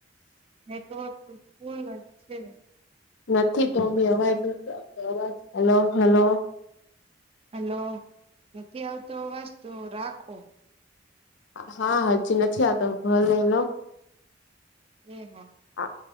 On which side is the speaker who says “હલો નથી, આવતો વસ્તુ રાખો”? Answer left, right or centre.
Right